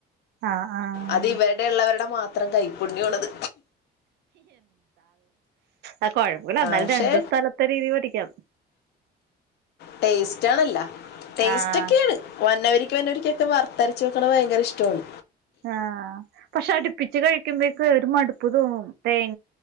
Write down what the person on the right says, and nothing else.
ആഹ് ആഹ്
ആ കുഴപ്പമില്ല എന്നാലും
രണ്ടു സ്ഥലത്തെ രീതി പഠിക്കാം.
ആഹ്
ആഹ് പക്ഷെ അടുപ്പിച്ച് കഴിക്കുമ്പോയെക്ക് ഒരു മടുപ്പ് തോന്നും തേ